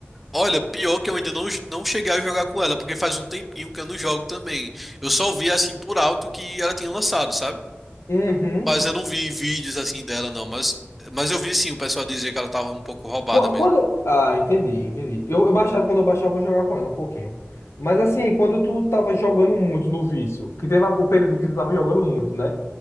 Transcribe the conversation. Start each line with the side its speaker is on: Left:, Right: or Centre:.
Centre: Olha, pior que eu ainda não, não cheguei a jogar com ela, porque faz um tempinho que eu não jogo também. Eu só vi assim por alto que ela tinha lançado, sabe?
Left: Uhum.
Centre: Mas eu não vi vídeos assim dela, não. Mas, mas eu vi sim o pessoal dizer que ela tava um pouco roubada
Left: Qu-
Centre: mesmo.
Left: Quando. Ah, entendi, entendi. Eu, eu baixava, quando eu baixava, eu vou jogar com ela um pouquinho. Mas assim, quando tu tava jogando muito no vício, que teve a- o período que tu tava jogando muito, né?